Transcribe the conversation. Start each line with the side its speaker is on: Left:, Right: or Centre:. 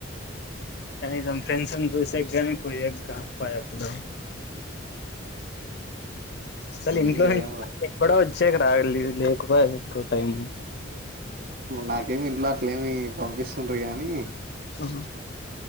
Left: కనీసం ఫ్రెండ్స్ని చూసేకి గానీ పోయే కాకపోయ అప్పుడు
Right: <unintelligible>
Left: సార్ ఇంలోడ
Right: ఏం చేయలేం బ్రో
Left: <inaudible> చ్చేక రాగ లేకపోయె టైమ్
Right: నాకేమి ఇంట్లో అట్లేమి పంపిస్తుండ గాని
Left: ఆ